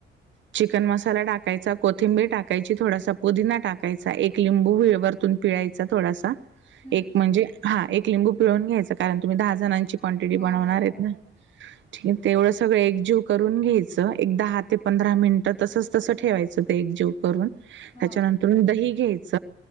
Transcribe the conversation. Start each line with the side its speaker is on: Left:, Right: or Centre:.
Right: चिकन मसाला टाकायचा कोथिंबीर टाकायची थोडासा पुदिना टाकायचा एक लिंबू हळवर एक लिंबू पिळायचा थोडासा
Left: हं.
Right: एक म्हणजे एक लिंबू पिळून कारण तुम्ही दहा जणांची क्वांटिटी
Left: हो,
Right: पण होणार
Left: हो,
Right: आहेत
Left: हो.
Right: ना. ठीक आहे तेवढं सगळं एकजीव करून घ्यायचं एक दहा ते पंधरा मिनट तसच तसं ठेवायचं ते एकजीव करून
Left: हां.
Right: त्याच्यानंतरून दही घ्यायच